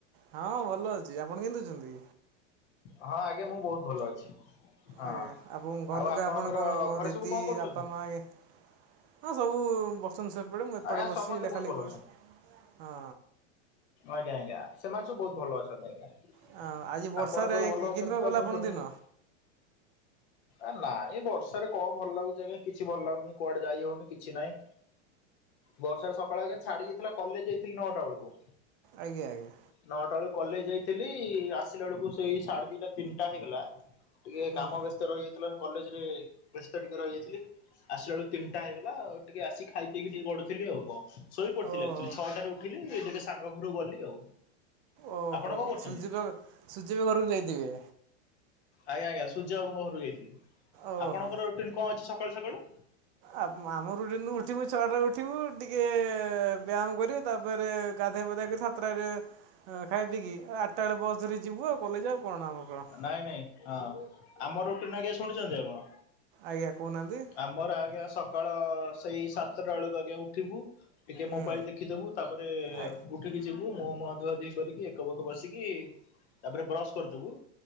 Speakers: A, on the right (about 50°); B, on the left (about 65°).
A: ହଁ ଭଲ ଅଛି, ଆପଣ କେମ୍ତି ଅଛନ୍ତି?
B: ହଁ ଆଜ୍ଞା ମୁଁ ବହୁତ୍ ଭଲ ଅଛି। ହଁ
A: ଆଜ୍ଞା ଆପଣଙ୍କ ଘର
B: ଆଉ
A: ଲୋକ ଆପଣଙ୍କର
B: ଘରେ
A: ଦିଦି
B: ସବୁ କଣ କରୁଛନ୍ତି?
A: ବାପା ମା ଏ ହଁ ସବୁ ବସଚନ୍ତି ସେପଟେ ମୁଁ ଏପଟେ
B: ଆଜ୍ଞା
A: ବସିଛି
B: ସମସ୍ତେ
A: ଲେଖା
B: ବହୁତ
A: ଲେଖି
B: ଭଲ
A: କରୁଛି ହଁ।
B: ଆଜ୍ଞା-ଆଜ୍ଞା ସେମାନେ ସବୁ ବହୁତ୍ ଭଲ ଅଛନ୍ତି ଆଜ୍ଞା।
A: ଆଜି ବର୍ଷାରେ
B: ଆପଣଙ୍କର ଭଲ
A: କିନ୍କା
B: ଅଛନ୍ତି ତ
A: ଗଲା
B: ମୁଁ
A: ଆପଣ
B: <unintelligible>
A: ଦିନ
B: ଆ ନାଇଁ ବର୍ଷାରେ କଣ ଭଲ ଲାଗୁଚି ଆଜ୍ଞା କିଛି ଭଲ ଲାଗୁନି କୁଆଡେ ଯାଇ ହଉନି କିଛି ନାଇଁ। ବର୍ଷାରେ ସକାଳେ ଛାଡି ଯାଇଥିଲା କଲେଜ୍ ଯାଇଥିଲି ନଅଟା ବେଳୁକୁ।
A: ଆଜ୍ଞା-ଆଜ୍ଞା।
B: ନଅଟା ବେଳୁକୁ କଲେଜ୍ ଯାଇଥେଲି, ଆସିଲା ବେଳୁକୁ ସେଇ ସାଢ଼େ ଦିଇଟା ତିନିଟା ହେଇଗଲା। ଟିକେ
A: ହୁଁ
B: କାମ ବ୍ୟସ୍ତ ରହିଯାଇଥିଲା କଲେଜ୍ ରେ ବ୍ୟସ୍ତ ଟିକେ ରହିଯାଇଥିଲି। ଆସିଲ ବେଳୁକୁ ତିନିଟା ହେଇଗଲା ଆଉ ଟିକେ ଆସି ଖାଇ ପିଇି ଟିକେ ଗଡୁଥେଲି ଆଉ କଣ। ଶୋଇପଡିଥିଲି
A: ଓହୋ
B: ଆକ୍ଚୁଆଲି ଛଅଟାରେ ଉଠିଲି ଟିକେ ସାଙ୍ଗ ଘରୁକୁ ଗଲି ଆଉ।
A: ଓହୋ
B: ଆପଣ
A: <unintelligible>
B: କଣ କରୁଛନ୍ତି?
A: ଘରକୁ ଯାଇଥିବେ?
B: ଆଜ୍ଞା-ଆଜ୍ଞା ସୂର୍ଯ୍ୟ ବାବୁଙ୍କ ଘରୁକୁ ଯାଇଥିଲି,
A: ଓହୋ
B: ଆପଣଙ୍କର ରୁଟିନ୍ କଣ ଅଛି ସକାଳୁ-ସକାଳୁ?
A: ଆ ଆମ ରୁଟିନ୍ ଉଠିବୁ ଛୁଆଟା ଉଠିବୁ ଟିକେ ବ୍ୟାମ୍ କରିବୁ ତାପରେ ଗାଧେଇ ପାଧେଇ କିରି ସାତଟା ରେ ଖାଇ ପିଇକି ଆଠଟା ବେଳେ ବସ୍ ଧରି ଯିବୁ ଆଉ କଲେଜ୍ ଆଉ କଣ ଆମ କାମ।
B: ନାଇଁ-ନାଇଁ ହଁ ଆମ ରୁଟିନ୍ ଆଜ୍ଞା ଶୁଣିଚନ୍ତି ଆପଣ?
A: ଆଜ୍ଞା କହୁନାହାନ୍ତି।
B: ଆମର ଆଜ୍ଞା ସକାଳ ସେଇ ସାତଟା ବେଳକୁ ଆଜ୍ଞା ଉଠିବୁ। ଟିକେ
A: ହୁଁ
B: ମୋବାଇଲ୍ ଦେଖିଦବୁ ତାପରେ
A: ଆ
B: ଉ ଠିକି ଯିବୁ ମୁହଁ-ମୁଁହ ଧୁଆ ଧୁଇ କରିକି ଏକ ଫେକ ବସିକି ତାପରେ ବ୍ରସ୍ କରିଦଥିବୁ